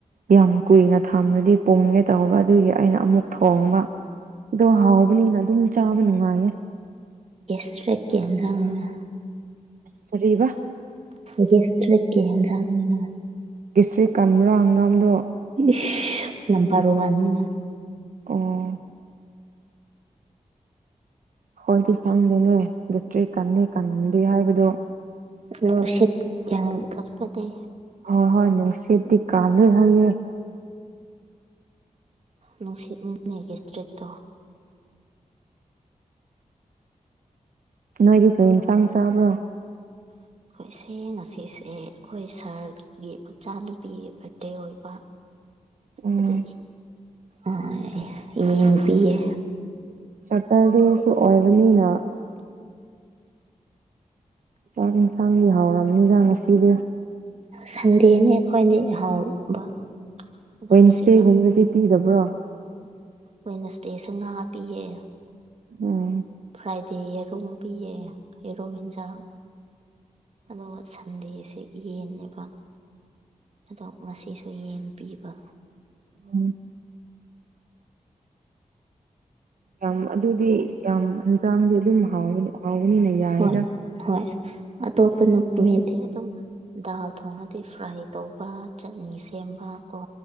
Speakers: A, on the right; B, on the right.
A: ꯌꯥꯝ ꯀꯨꯏꯅ ꯊꯝꯂꯗꯤ ꯄꯨꯝꯒꯦ ꯇꯧꯕ ꯑꯗꯨꯒꯤ ꯑꯩꯅ ꯑꯃꯨꯛ ꯊꯣꯡꯕ ꯑꯗꯣ ꯍꯥꯎꯕꯅꯤꯅ ꯑꯗꯨꯝ ꯆꯥꯕ ꯅꯨꯡꯉꯥꯏꯌꯦ
B: ꯁꯔ ꯀꯦꯟꯖꯥꯎꯅ
A: ꯁꯔꯤꯕ
B: ꯒꯦꯁ ꯇ꯭ꯔꯛꯀꯤ ꯌꯦꯟꯖꯥꯡꯅꯤꯅ
A: ꯗꯤꯁꯇ꯭ꯔꯤꯛ ꯀꯟꯃꯨꯔꯥ ꯍꯪꯒꯥꯥꯝꯗꯣ
B: ꯏ ꯂꯪꯕꯥꯥ ꯔꯨꯋꯥꯅꯤꯅ
A: ꯑꯣ ꯍꯣꯏꯗꯤ ꯆꯪꯗꯦꯅꯦ ꯁꯇ꯭ꯔꯤ ꯀꯟꯅ ꯀꯟꯗꯦ ꯍꯥꯏꯕꯗꯨꯣ
B: ꯅꯨꯡꯁꯤꯠ ꯌꯥꯝ ꯀꯠꯄꯗꯤ
A: ꯍꯣꯏ ꯍꯣꯏ ꯅꯅꯨꯡꯁꯤꯦꯠꯗꯤ ꯀꯜꯣꯏ ꯍꯥꯏꯦ
B: ꯅꯨꯡꯁꯤꯠꯅꯤꯅꯦ ꯒꯦꯁꯇ꯭ꯔꯤꯛꯇꯣ
A: ꯍꯥꯏꯗꯣ ꯌꯦꯟꯁꯥꯡ ꯆꯥꯕ꯭ꯔꯣ
B: ꯑꯩꯈꯣꯏꯁꯦ ꯉꯁꯤꯁꯦ ꯑꯩꯈꯣꯏ ꯁꯥꯔꯒꯤ ꯃꯆꯥꯅꯨꯄꯤꯒꯤ ꯕꯥꯔꯗꯦ ꯑꯣꯏꯕ
A: ꯎꯝ
B: ꯑꯗꯨ ꯑ ꯌꯦꯡꯕꯤꯌꯦ
A: ꯁꯇꯔꯗꯦꯁꯨ ꯑꯣꯏꯕꯅꯤꯅ ꯆꯥꯛ ꯌꯦꯟꯁꯥꯡꯗꯤ ꯍꯥꯎꯔꯕꯝꯅꯤꯗ ꯉꯁꯤꯗꯤ
B: ꯁꯟꯗꯦꯅꯦ ꯑꯩꯈꯣꯏꯗꯤ ꯍꯥꯎꯕ ꯑꯗꯣ
A: ꯋꯦꯟꯁꯗꯦꯒꯨꯝꯕꯗꯗꯤ
B: ꯉꯁꯤꯅ
A: ꯄꯤꯗꯕ꯭ꯔꯣ
B: ꯋꯦꯅꯁꯗꯦꯁ ꯉꯥ ꯄꯤꯌꯦ
A: ꯑꯣꯝ
B: ꯐ꯭ꯔꯥꯏꯗꯦ ꯌꯦꯔꯨꯝ ꯄꯤꯌꯦ ꯌꯦꯔꯨꯝ ꯌꯦꯟꯖꯥꯡ ꯑꯗꯨꯒ ꯁꯟꯗꯦꯁꯦ ꯌꯦꯟꯅꯦꯦꯕ ꯑꯗꯣ ꯉꯁꯤꯁꯨ ꯌꯦꯟ ꯄꯤꯕ
A: ꯎꯝ ꯌꯥꯝ ꯑꯗꯨꯗꯤ ꯌꯥꯝ ꯍꯦꯟꯁꯥꯡꯗꯤ ꯑꯗꯨꯝ ꯍꯥꯎꯕꯅꯤ ꯍꯥꯎꯕꯅꯤꯅ ꯌꯥꯢꯗ꯫
B: ꯍꯣꯏ ꯍꯣꯏ ꯑꯇꯣꯞꯄ ꯅꯨ <unintelligible> ꯃꯤꯗꯤ ꯑꯗꯨꯝ ꯗꯥꯜ ꯊꯣꯡꯉꯗꯤ ꯐ꯭ꯔꯥꯏ ꯇꯧ ꯆꯠꯅꯤ ꯁꯦꯝꯕ ꯀꯣ